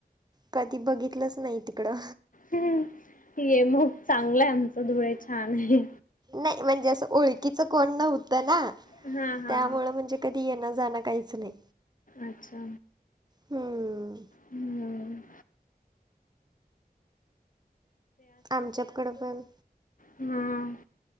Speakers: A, on the right (about 25°); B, on the left (about 55°).
A: कधी बघितलंच नाही तिकडं.
B: हम्म, ये मग चांगलंय आमच धुळे छान आय.
A: नाय म्हणजे असं ओळखीचं कोण नव्हतं ना
B: हा हा
A: त्यामुळ म्हणजे कधी येण जाणं काहीच नाय.
B: अच्छा
A: हम्म
B: हम्.
A: आमच्यातकड पण
B: हम्म.